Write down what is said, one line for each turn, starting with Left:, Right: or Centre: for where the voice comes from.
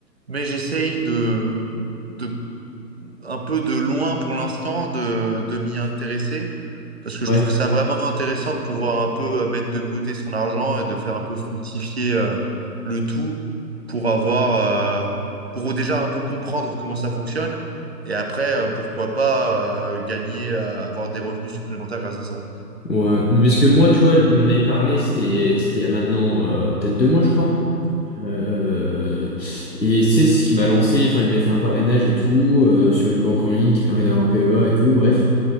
Right: mais j'essaye de, de un peu de loin pour l'instant de, de m'y intéresser parce que je
Left: Ouais.
Right: trouve ça vraiment intéressant de pouvoir un peu euh, mettre de côté son argent et de faire un peu fructifier euh, le tout pour avoir euh, pour déjà un peu comprendre comment ça fonctionne et après euh, pourquoi pas euh, gagner euh, avoir des revenus supplémentaires grâce à ça.
Left: Ouais, parce que moi, tu vois, il m'en avait parlé, c'était, c'était il y a maintenant euh, peut-être deux mois, je crois. Euh, et c'est ce qui m'a lancé, enfin il m'avait fait un parrainage et tout, euh, sur une banque en ligne qui permet d'avoir un PEA et tout, bref.